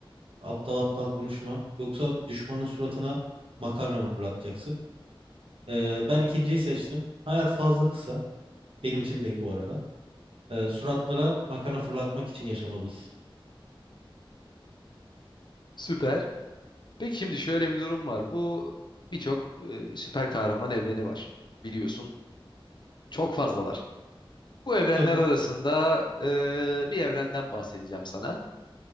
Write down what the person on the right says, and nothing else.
Aptal aptal konuşma. Yoksa düşmanın suratına makarna mı fırlatacaksın? Ee, ben ikinciyi seçtim. Hayat fazla kısa. Benim için değil bu arada. Ee, suratlara makarna fırlatmak için yaşamalıyız.
Tabii.